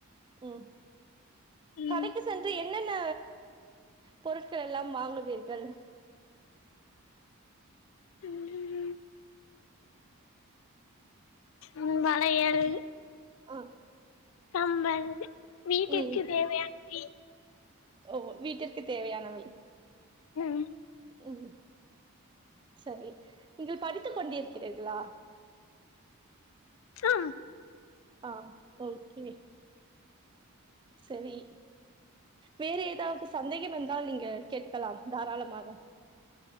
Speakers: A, on the right; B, on the left.
A: ம்
B: ம்
A: கடைக்கு சென்று என் என்னென்ன பொருட்கள் எல்லாம் வாங்குவீர்கள்
B: உம் ஹ்ம் உம் வளையல்
A: <unintelligible>
B: கம்பல் வீட்டிற்கு
A: ம்
B: தேவையான வி
A: ஓ வீட்டிற்கு தேவையானவை
B: உம்
A: உம் சரி நீங்கள் படித்துக் கொண்டு கேக்குளா
B: ஆ
A: ஆஹ் உம் ஒகே சரி வேறு ஏதாவது சந்தேகம் இருந்தா நீங்க கேட்கலாம் தாராளமாக